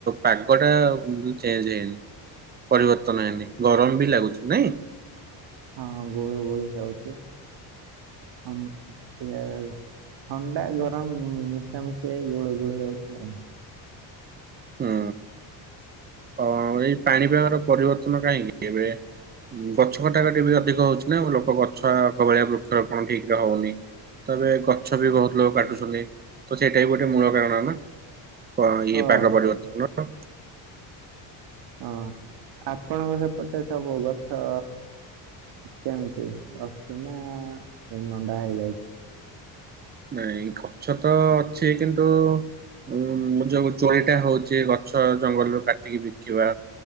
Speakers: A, on the right; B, on the right.
A: ପାଗ ଟା ଚେଞ୍ଜ ହେଇନି। ପରିବର୍ତ୍ତନ ହେଇନି ଗରମ ବି ଲାଗୁଚି ନାଇଁ?
B: ହଁ ଗୁଳୁ ଗୁଳି ହେଉଚି ଥ ଇଏ ଥଣ୍ଡା ଗରମ ମିଶାମିଶି ହେଇ ଗୁଳୁ ଗୁଳି ହଉଚି ଆଉ।
A: ହୁଁ ଅ ଏଇ ପାଣିପାଗର ପରିବର୍ତ୍ତନ କାହିଁକି ଏବେ ଗଛ କଟାକଟି ବି ଅଧିକ ହଉଚି ନା ଲୋକ ଗଛ ଆଗ ଭଳିଆ ବୃକ୍ଷରୋପଣ ଠିକ ରେ ହଉନି। ତବେ ଗଛ ବି ବହୁତ ଲୋକ କାଟୁଛନ୍ତି ତ ସେଇଟା ବି ଗୋଟେ ମୂଳ କାରଣ ନା। ପ
B: ହଁ
A: ଏ ପାଗ ପରିବର୍ତ୍ତନର।
B: ହଁ ଆପଣଙ୍କ ସେପଟେ ସବୁ ଗଛ କେମିତି ଅଛି ନା ନଣ୍ଡା ହେଇଯାଇଚି।
A: ନାଇଁ ଗଛ ତ ଅଛି କିନ୍ତୁ ଉ ଯୋଉ ଚୋରିଟା ହଉଛି ଗ ଛ ଜଙ୍ଗଲରୁୁ କାଟିକି ବିକିବା